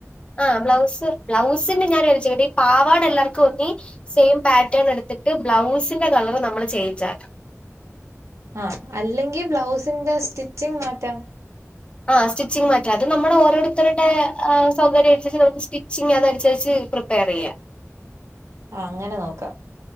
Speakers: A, on the left; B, on the right.
A: ആഹ് ബ്ലൗസ് ബ്ലൗസിന്റെ ഞാൻ <unintelligible> ഈ പാവാട എല്ലർക്കും ഒന്നി സെയിം പാറ്റേൺ എടുത്തിട്ട് ബ്ലൗസിന്റെ കളർ നമ്മള് ചേഞ്ച് ആകാം.
B: ആഹ് അല്ലെങ്കി ബ്ലൗസിന്റെ സ്റ്റിച്ചിങ് മാറ്റാം.
A: ആഹ് സ്റ്റിച്ചിങ് മാറ്റാം. അത് നമ്മുടെ ഓരോരുത്തരുടെ സൗകര്യ അനുസരിച്ച് നമുക്ക് സ്റ്റിച്ചിങ് അതനുസരിച്ച് പ്ര തെറയ്യ.
B: ആഹ് അങ്ങനെ നോക്കാം.